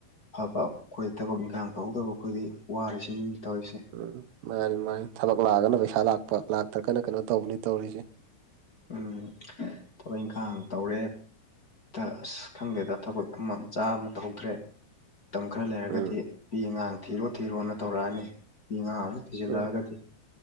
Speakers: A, on the left; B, on the right.
A: ꯐꯕ ꯑꯩꯈꯣꯏꯗ ꯊꯕꯛ ꯏꯪꯈꯥꯡ ꯇꯧꯍꯧꯗꯕ ꯑꯩꯈꯣꯏꯗꯤ ꯋꯥꯔꯤꯔꯤꯁꯤꯦ ꯃꯤꯃꯤꯡ ꯇꯧꯔꯤꯁꯦ
B: ꯎꯝ ꯃꯥꯅꯤ ꯃꯥꯅꯤ ꯊꯕꯛ ꯂꯥꯛꯑꯒꯅ ꯄꯩꯁꯥ ꯂꯥꯛꯄ ꯂꯥꯛꯇ꯭ꯔꯒꯅ ꯀꯩꯅꯣ ꯇꯧꯕꯅꯤ ꯇꯧꯔꯤꯁꯦ
A: ꯎꯝ ꯊꯕꯛ ꯏꯪꯈꯥꯡ ꯇꯧꯔꯦ ꯗ ꯑꯁ ꯈꯪꯗꯦꯗ ꯊꯕꯛ ꯑꯃ ꯃꯆꯥ ꯑꯃ ꯇꯧꯗ꯭ꯔꯦ ꯃꯇꯝ ꯈꯔ ꯂꯩꯔꯒꯗꯤ
B: ꯎꯝ
A: ꯄꯄꯤ ꯑꯉꯥꯡ ꯊꯤꯔꯣ ꯊꯤꯔꯣꯅ ꯇꯧꯔꯛꯑꯅꯤ ꯄꯄꯤ ꯑꯉꯥꯡ ꯑꯃꯨꯛ ꯊꯤꯖꯤꯜꯂꯛꯑꯒꯗꯤ
B: ꯎꯝ